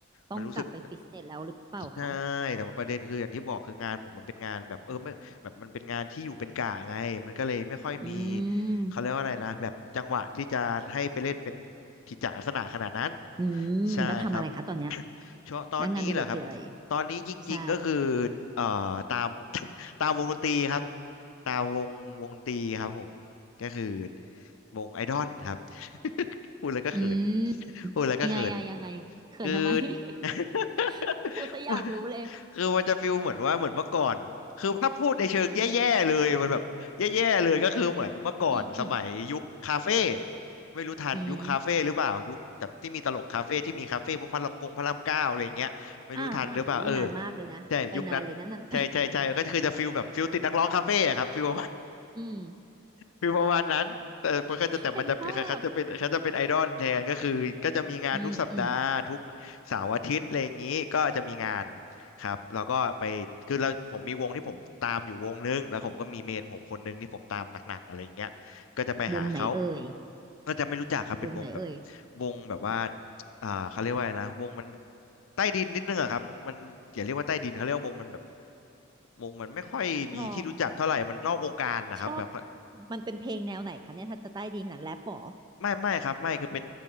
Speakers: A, on the right; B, on the left.
A: ต้องกลับไปฟิตเนสแล้วหรือเปล่าคะ
B: มันรู้สึก ใช่แต่ว่าประเด็นคืออย่างที่บอกคืองานผมมันเป็นงานแบบเออไม่แบบมันเป็นงานที่อยู่เป็นกะไงมันก็เลยไม่ค่อยมี
A: อืม
B: เขาเรียกว่าอะไรนะแบบจังหวะที่จะให้ไปเล่นเป็นกิจจลักษณะขนาดนั้น
A: อืมแล้วทำอะไรคะตอนเนี้ย
B: ใช่ครับ <coughs> ช่วงตอนนี้เหรอครับตอนนี้จริงๆก็คือ
A: แล้วงานอดิเรกคืออะไรใช่
B: เอ่อตาม <coughs> <laughs> ตามวงดนตรีครับตามวงวงดนตรีครับผมก็คือวงไอดอลครับ <laughs> พูดแล้วก็เขิน
A: อืม
B: พูดแล้วก็เขิน
A: ยังไงอะยังไงเขินทำไม
B: คือ <laughs>
A: <laughs> พูดซะอยากรู้เลย
B: <laughs> คือมันจะฟีลเหมือนว่าเหมือนเมื่อก่อนคือถ้าพูดในเชิงแย่ๆเลยมันแบบแย่ๆเลยก็คือเหมือนเมื่อก่อนสมัยยุคคาเฟ่
A: อืมอืม
B: ไม่รู้ทันยุคคาเฟ่หรือเปล่ายุคแบบที่มีตลกคาเฟ่ที่มีคาเฟ่พวกพระรามกงพระรามเก้าอะไรอย่างเงี้ยไม่รู้ทันหรือเปล่าเออ
A: อืม อ่าอ่าหูนานมากเลยนะ
B: ใช่ยุคนั้นใช่ใช่ใช่ก็คือจะฟีลแบบฟีลติดนักร้องคาเฟ่อะครับฟีล
A: ไปนานเลยนะนั่น <laughs> อืม
B: คือประมาณนั้นแต่มันก็จะแต่มันจะเป็นเขาจะเป็นเขาจะเป็นไอดอลแทนก็คือก็จะมีงานทุกสัปดาห์ทุกเสาร์อาทิตย์อะไรอย่างนี้ก็จะมีงาน
A: เห็นภาพ อืม อืม
B: ครับแล้วก็ไปคือเราผมมีวงที่ผมตามอยู่วงนึงแล้วผมก็มีเมนผมคนนึงที่ผมตามหนักๆอะไรอย่างเงี้ยก็จะไปหาเขา
A: วงไหนเอ่ย
B: ก็จะไม่รู้จักครับเป็นวงแบบ
A: วงไหนเอ่ย
B: วงแบบว่าอ่าเขาเรียกว่าอะไรนะวงมันใต้ดินนิดนึงอะครับมันอย่าเรียกว่าใต้ดินเขาเรียกว่าวงมันแบบวงมันไม่ค่อยมีที่รู้จักเท่าไหร่มันนอกวงการนะครับแบบ
A: หรอ ชอบ มันเป็นเพลงแนวไหนคะเนี่ยถ้าจะใต้ดีขนาดแรปหรอ
B: ไม่ไม่ครับไม่คือเป็น